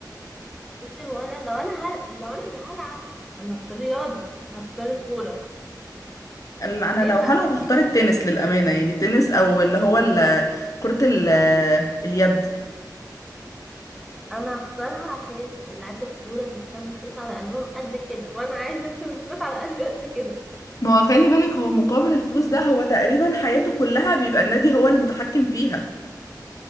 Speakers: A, in the centre; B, on the left (about 50°).
A: بصي هو انا لو انا هل... لو انا اللي هلعب انا هختار رياضه هختار الكوره
B: ال- انا
A: ليه
B: لو
A: بقى
B: هلعب هختار
A: عشان-
B: التنس للأمانة يعني التنس او اللي هو ال- كرة ال- اليد
A: انا هختارها عشان لعيبه الكوره بيكسبوا فلوس على قلبهم قد كده وانا عايزه اكسب فلوس على قلبي قد كده
B: ما هو خلي بالك هو مقابل الفلوس ده هو تقريبا حياته كلها بيبقى النادي هو اللي متحكم فيها